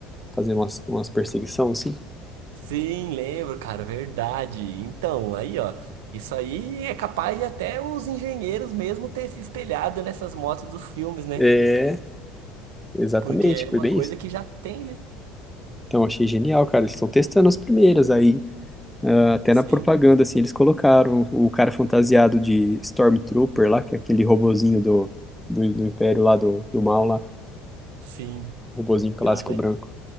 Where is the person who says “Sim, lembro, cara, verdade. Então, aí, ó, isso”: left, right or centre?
Right